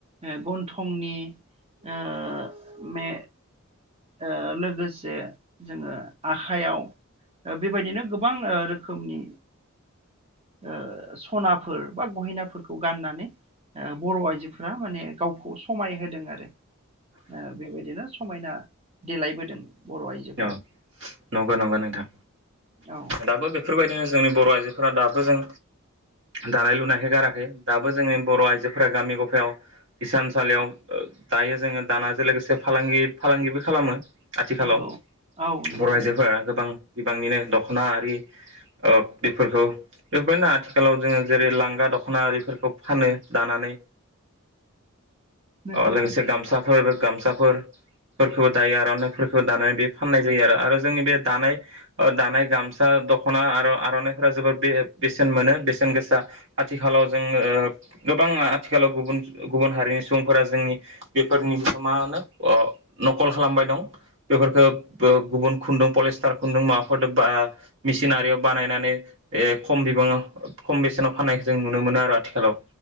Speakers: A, on the right; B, on the right.
A: ओ गन्थंनि ओ मे ओ लोगोसे जोङो आखायाव ओ बेबायदिनो गोबां ओ रोखोमनि ओ सनाफोर बा गहिनाफोरखौ गाननानै ओ बर आइजोफोरा माने गावखौ समाय होदों आरो ओ बेबायदिनो समायना देलायबोदों बर आइजो
B: अ नंगौ नंगौ नोंथां
A: औ
B: दाबो बेफोरबायदिनो जोंनि बर आइजोफोरा दाबो जों दानाय लुनायखौ गाराखै दाबो जोंनि बर आइजोफोरा गामि गफायाव हिसानसालियाव दायो जोङो दानाजों लोगोसे फालांगि फालांगिबो खालामो आथिखालाव
A: नंगौ औ नंगौ
B: बर' आइजोफोरा गोबां बिबांनिनो दखना आरि ओ बेफोरखौ बेफोरनो आथिखालाव जोङो जेरै लांगा दखना आरिफोरखौ फानो दानानै
A: नंगौ
B: अ लोगोसे गामसा फोर गामसाफोरफोरखौबो दायो आरनाइफोरखौ दानानै बे फाननाय जायो आरो आरो जोंनि बे दानाय ओ दानाय गामसा दखना आरो आरनाइफोरा जोबोर बे बेसेन मोनो बेसेन गोसा आथिखालाव जोङो ओ गोबां आथिखालाव गुबुन गुबुन हारिनि सुबुंफोरा जोंनि बेफोरनि मा होनो ओ नखल खालामबाय दं बेफोरखो बो गुबुन खुन्दुं पलिस्टार खुन्दुं माबाफोरदो बा मिसिनारियाव बानायनानै ए खम बिबाङाव खम बेसेनाव फाननायखौ जों नुनो मोनो आरो आथिखालाव